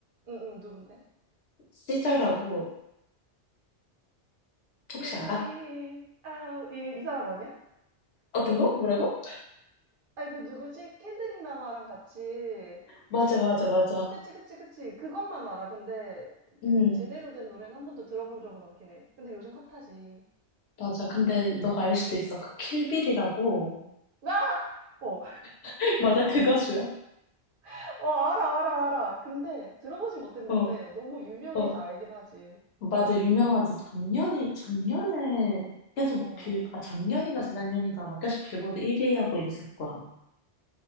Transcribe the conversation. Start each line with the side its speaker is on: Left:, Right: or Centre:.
Right: 응, 응, 누군데?
Left: 시절라고 혹시
Right: 651,
Left: 알아?
Right: 아우, 이, 이 사람 아니야?
Left: 어떤 거? 뭐라고?
Right: 아니, 그 누구지? 켄드릭 라마랑 같이.
Left: 맞아, 맞아, 맞아.
Right: 그치, 그치, 그치. 그것만 알아. 근데
Left: 음,
Right: 그 제대로 된 노래는 한 번도 들어본 적은 없긴 해. 근데 요즘 핫하지.
Left: 맞아. 근데 너가 알 수도 있어. 그 킬빌이라고.
Right: 나? 어,
Left: <laughs> 맞아, 그 가수야.
Right: <laughs> 어, 알아, 알아, 알아. 근데 들어보진 못했는데
Left: 어,
Right: 너무 유명해서
Left: 어.
Right: 알긴 하지.
Left: 맞아, 유명하지. 작년에, 작년에 계속
Right: 어,
Left: 빌, 아, 작년인가 재작년인가 막 계속 빌보드 1위 하고 이랬을 거야.